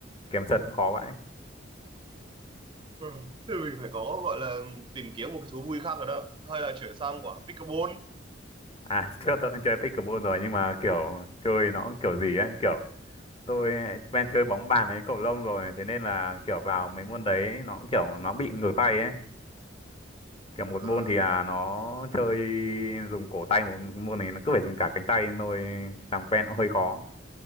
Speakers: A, on the left; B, on the right.
A: Kiếm trận khó vậy.
B: Ừ. Thì mình phải có gọi là tìm kiếm một cái thú vui khác rồi đó. Hay là chuyển sang quả pickleball.
A: À, <laughs> trước tôi cũng chơi pickleball rồi nhưng mà kiểu chơi nó cũng kiểu gì ấy, kiểu tôi quen chơi bóng bàn ấy cầu lông rồi, thế nên là kiểu vào mấy môn đấy nó cũng kiểu nó bị ngửa tay ấy. Kiểu một
B: À.
A: môn thì là nó chơi dùng cổ tay, một môn này nó cứ phải dùng cả cánh tay thôi, làm quen cũng hơi khó.